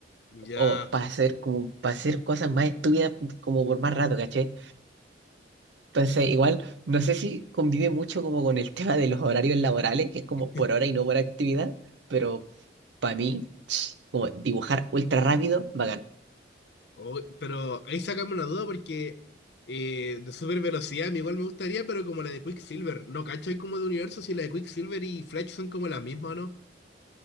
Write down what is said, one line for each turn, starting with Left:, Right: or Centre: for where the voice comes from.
Left: Ya.
Right: O para hacer como para hacer cosas más estúpidas como por más rato, caché Entonces, igual, no sé si convive mucho como con el <laughs> tema de los horarios laborales, que es
Left: <laughs>
Right: como por hora y no por actividad, pero para mí, ch, como dibujar ultra rápido, bacán.
Left: Oh, pero ahí sacame una duda porque eh, de super velocidad a mí igual me gustaría, pero como la de Quicksilver. No, cacho, hay como de universo si la de Quicksilver y Flash son como la misma, ¿o ¿no?